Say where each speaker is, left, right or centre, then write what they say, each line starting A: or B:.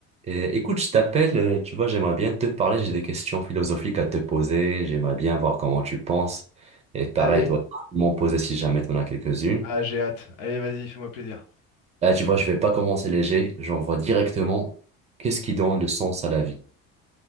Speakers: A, on the right; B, on the left.
A: Et écoute, je t'appelle, euh, tu vois, j'aimerais bien te parler, j'ai des questions philosophiques à te poser, j'aimerais bien voir comment tu penses. Et pareil,
B: Allez,
A: toi, tu peux m'en poser si jamais tu en as quelques-unes.
B: ah j'ai hâte. Allez, vas-y, fais-moi plaisir.
A: Là, tu vois, je vais pas commencer léger, j'envoie directement qu'est-ce qui donne le sens à la vie,